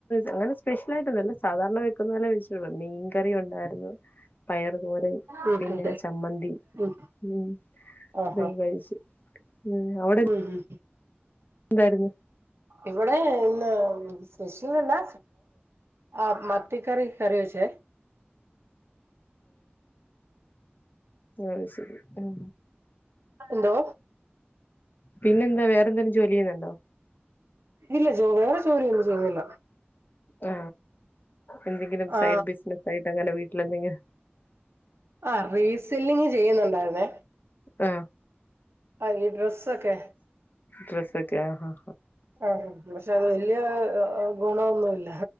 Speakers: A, on the left; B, on the right.
A: അങ്ങനെ സ്പെഷ്യലായിട്ടൊന്നല്ല സാദാരണ വെക്കുന്നോലെ വെച്ച്ട്ടൊള്ളു മീൻകറി ഉണ്ടായിരുന്നു പയറു തോരൻ
B: ഉം
A: പിന്നെ
B: ഉം
A: ചമ്മന്തി
B: ഉം
A: ഉം
B: ആഹ്
A: അതെ
B: ആഹ്
A: കഴിച്ചു ഉം അവിടെ
B: ഉം ഉം
A: എന്താര്ന്നു
B: ഇവിടെ ഇന്ന് സ്പെഷ്യലല്ലാ ആ മത്തിക്കറി കറിയൊയ്ച്ചേ
A: ആ ശരി ഉം
B: എന്തോ
A: പിന്നെന്താ വേറെന്തേലും ജോലി ചെയ്യുന്നുണ്ടോ
B: ഇല്ല ജോ വേറെ ജോലിയൊന്നും ചെയ്യ്ണില്ല
A: ആ എന്തെങ്കിലും സൈഡ്
B: ആ
A: ബിസിനസായിട്ട് അങ്ങനെ വീട്ടിലെന്തെങ്കിലും
B: ആ റീസെല്ലിങ് ചെയ്യുന്നുണ്ടായിരുന്നേ
A: ആ
B: ആ ഈ ഡ്രസ്സൊക്കെ
A: ഡ്രസ്സൊക്കെ ആഹാ
B: ആ പക്ഷെ അത് വല്ലൃ ഗുണൊന്നുമല്ല